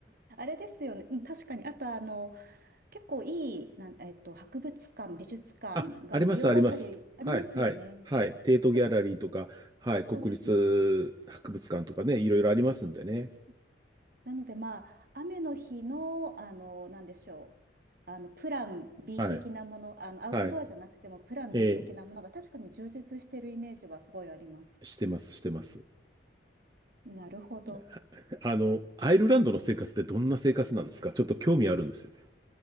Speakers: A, on the right; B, on the right.
A: あれですよね。うん、確かに。あとあの、結構いい、なん、えっと、博物館、美術館が無料だったりありますよね。
B: あ、あります、あります。はい、はい、はい。テートギャラリーとか、
A: だから、
B: はい、
A: そうです、
B: 国立博物館とかね、
A: そうです。
B: いろいろありますんでね。
A: なのでまあ、雨の日の、あの、なんでしょう。あの、プラン B
B: はい、
A: 的なもの、あの、アウトドアじゃなくてもプラン
B: はい。えー
A: B 的なものが確かに充実してるイメージはすごいあります。
B: してます、してます。
A: なるほど。
B: <laughs> ああの、アイルランドの生活ってどんな生活なんですかちょっと興味あるんですよね。